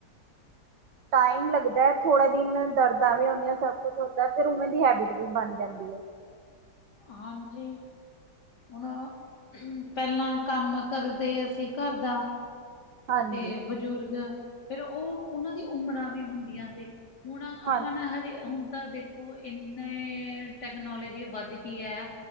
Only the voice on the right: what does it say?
ਟਾਈਮ ਲੱਗਦਾ ਥੋੜਾ ਦਿਨ ਦਰਦਾਂ ਵੀ ਹੁੰਦੀਆਂ ਸਭ ਕੁਛ ਹੁੰਦਾ, ਫਿਰ ਓਨਾ ਦੀ ਹੈਬਿਟ ਵੀ ਬਣ ਜਾਂਦੀ ਐ
ਹਾਂਜੀ
ਹਾਂ